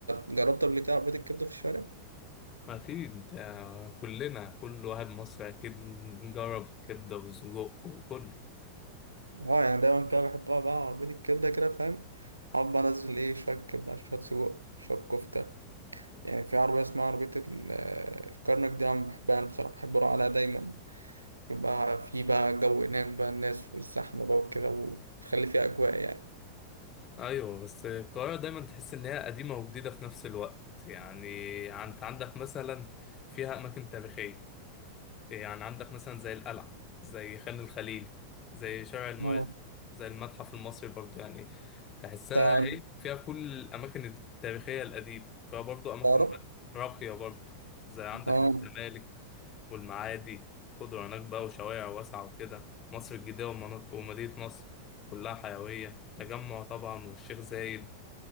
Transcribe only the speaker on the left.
أكيد آه، كلنا كل واحد مصري أكيد جرب كبدة وسجق وكله
ايوه بس القاهره دايما تحس ان هي قديمه وجديده في نفس الوقت يعني انت عندك مثلا فيها اماكن تاريخيه يعني عندك مثلا زي القلعة زي خان الخليلي زي شارع المعز
زي المتحف المصري برضو يعني تحسها
ايه فيها كل الأماكن التاريخية القديمة فيها برضو أماكن
راقية برضو زي عندك
الزمالك والمعادي خضرة هناك بقى وشوارع واسعة وكده مصر الجديدة ومناطق- ومدينة نصر كلها حيوية تجمع طبعا والشيخ زايد